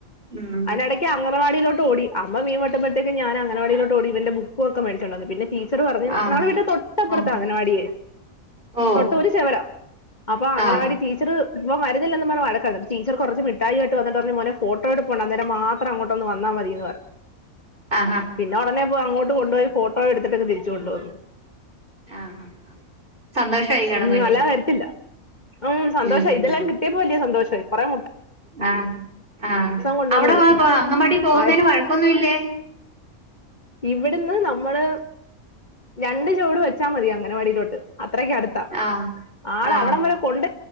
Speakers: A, on the right; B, on the left.
A: ഉം
B: അതിനിടക്ക് അങ്ങോ വാടിയിലോട്ട്ഓടി അമ്മ മീൻ വെട്ട് പ്പോഴത്തേക്ക് ഞാൻ അംഗനവാടിയിലോട്ട് ഓടി. ഇവന്റെ ബുക്കും ഒക്കെ മേടിച്ചോണ്ടു വന്ന് പിന്നെ ടീ ടീച്ചർ പറഞ്ഞു
A: ആഹ്
B: ഞങ്ങടെവീടിന്റെ തൊട്ടപ്പുറത്താ
A: ആഹ്
B: അഗനവാടിയേ
A: ഓ
B: തൊട്ട് ഒരു ചെവര അപ്പൊ അഗനവാടി
A: ആഹ്
B: ടീച്ചറ് ഇപ്പ വരുന്നില്ലെന്ന് പറഞ്ഞ് വഴക്കായിരുന്നു. ടീച്ചർ കുറച്ച് മിട്ടായിട്ട് വന്നിട്ട്പറഞ്ഞു മോനേ ഫോ ട്ടോ എടുപ്പുണ്ട് അന്നേരം മാത്രം അങ്ങോട്ടൊന്ന് വന്ന ന്നാ മതിന്ന് പറ
A: ആഹ് ആഹ്
B: പിന്നെ ഉടനെ അപ്പ അങ്ങോട്ട് കൊണ്ടുപോയി ഫോട്ടോ എടുത്തിട്ട് തിരിച്ച് കൊണ്ടുവന്നു
A: ആഹ് സന്തോഷമായി കാണും
B: ഉം
A: കുഞ്ഞിന്
B: അല്ല വരത്തില്ല ഉം സന്തോഷം
A: ഉം
B: ഇതെല്ലാം കിട്ടിയപ്പോല്ലേ സന്തോഷം ത് പറയ
A: ആഹ് ആഹ്
B: കൊണ്ടുവന്ന്
A: അവിടെ
B: കൊടുത്തു
A: അങ്ങവാടി പോകുന്നതിന്
B: പായ
A: വഴക്കൊന്നുമില്ലേ
B: ഇവിടുന്ന് നമ്മള് രണ്ട് ചുവട് വെച്ചാ മതി അംഗനവാടിയിലോട്ട് അത്രക്ക് അടുത്താ
A: ആഹ്
B: ആളവടം
A: ആഹ്
B: വരെ കൊണ്ട്